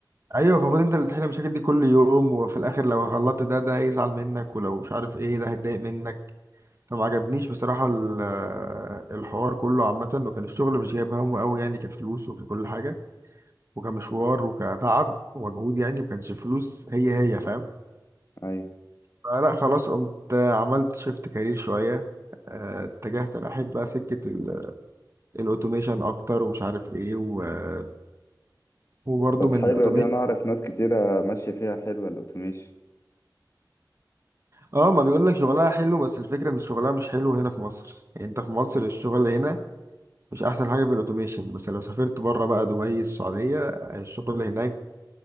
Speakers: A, on the right (about 40°); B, on the left (about 40°).
A: ايوه المفروض انت اللي تحل المشاكل دي كل يوم وفي الاخر لو غلطت ده ده هيزعل منك ولو مش عارف ايه ده هيتضايق منك فما عجبنيش بصراحه ال- آه، الحوار كله عامه وكان الشغل مش جايب همه قوي يعني كفلوس وككل حاجه وكمشوار وكتعب ومجهود يعني ما كانش فلوس هي هي فاهم
B: ايوه
A: فلا خلاص قمت عملت شيفت كارير شويه آه، اتجهت انا احب بقى سكه ال- الاوتوميشن اكتر ومش عارف ايه و- آه، وبرضه
B: طب
A: من
B: حلوة
A: الاوتوميشن
B: دي انا اعرف ناس كتيرة ماشية فيها حلوة الاوتوميشن
A: اه ما بيقول لك شغلها حلو بس الفكره ان شغلها مش حلو هنا في مصر يعني انت في مصر الشغل هنا مش احسن حاجه في الاوتوميشن بس لو سافرت بره بقى دبي السعوديه الشغل هناك